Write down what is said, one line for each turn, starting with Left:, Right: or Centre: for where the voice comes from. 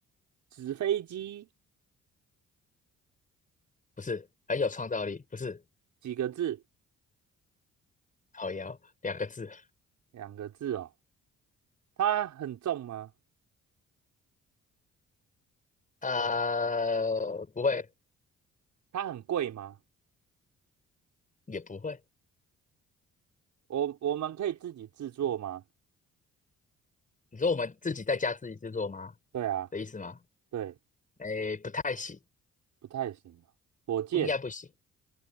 Right: 纸飞机
Left: 不是很有创造力，不是
Right: 几个字？
Left: 靠腰两个字，
Right: 两个字哦，它很重吗？
Left: 呃，不会
Right: 它很贵吗？
Left: 也不会。
Right: 我我们可以自己制作吗？
Left: 你说我们自己在家自己制作吗？
Right: 对啊，
Left: 的意思吗？
Right: 对，
Left: 诶，不太行，
Right: 不太行啊。火箭，
Left: 不应该不行，